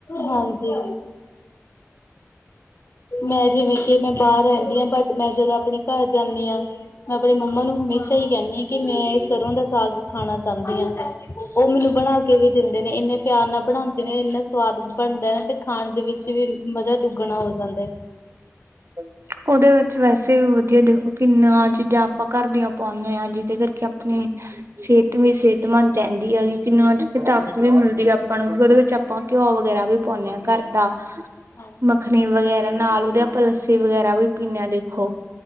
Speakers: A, on the left; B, on the right.
A: ਹਾਂਜੀ, ਮੈਂ ਜਿਵੇ ਕਿ ਮੈਂ ਬਾਹਰ ਰਹਿੰਦੀ ਹਾਂ ਬਟ ਮੈਂ ਜਦੋਂ ਆਪਣੇ ਘਰ ਜਾਂਦੀ ਆ ਮੈਂ ਆਪਣੇ ਮੰਮਾ ਨੂੰ ਹਮੇਸ਼ਾ ਹੀ ਕਹਿੰਦੀ ਹ ਕਿ ਮੈਂ ਸਰ੍ਹੋਂ ਦਾ ਸਾਗ ਖਾਣਾ ਚਾਂਦੀ ਆਂ। ਉਹ ਮੈਨੂੰ ਬਣਾ ਕੇ ਵੀ ਦਿੰਦੇ ਨੇ ਇੰਨੇ ਪਿਆਰ ਨਾਲ ਬਣਾਉਂਦੇ ਨੇ। ਇੰਨਾ ਸਵਾਦ ਬਣਦੈ। ਤੇ ਖਾਣ ਦੇ ਵਿੱਚ ਵੀ ਮਜ਼ਾ ਦੁੱਗਣਾ ਹੋ ਜਾਂਦਾ ਐ।
B: <inaudible> ਉਹਦੇ ਵਿੱਚ ਵੈਸੇ ਵੀ ਵਧੀਆ ਦੇਖੋ ਕਿੰਨਾ ਚੀਜ਼ਾਂ ਆਪਾਂ ਘਰ ਦੀਆਂ ਪਾਉਂਦੇ ਆ। ਜਿਹਦੇ ਕਰਕੇ ਆਪਣੀ ਸਿਹਤ ਵੀ ਸਿਹਤਮੰਦ ਰਹਿੰਦੀ ਐ ਕਿਨਾ ਤਾਕਤ ਵੀ ਮਿਲਦੀ ਐ। ਆਪਾਂ ਨੂੰ ਉਹਦੇ ਵਿੱਚ ਆਪਾਂ ਘਿਓ ਵਗੈਰਾ ਵੀ ਪਾਉਂਦੇ ਹਾਂ ਘਰ ਦਾ
A: ਹਾਂਜੀ।
B: ਮੱਖਣੀ ਵਗੈਰਾ ਨਾਲ ਉਹਦੇ ਆਪਾਂ ਲੱਸੀ ਵਗੈਰਾ ਵੀ ਪੀਂਦੇ ਹਾਂ ਦੇਖੋ